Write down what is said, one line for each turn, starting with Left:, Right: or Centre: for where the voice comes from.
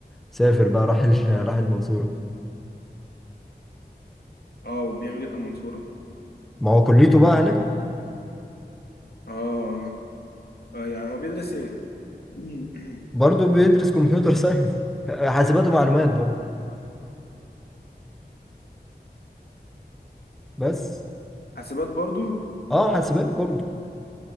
Centre: سافر بقى راح ال- <laughs> راح المنصوره
Left: اه وبيعمل ايه في المنصورة؟
Centre: ما هو كليته بقى هناك
Left: اه اه آه، آه، يعني هو بيدرس ايه؟ <clears throat>
Centre: برضو بيدرس كمبيوتر ساينس <laughs> حاسبات ومعلومات برضو <laughs> بس
Left: حاسبات برضو
Centre: اه حاسبات برضه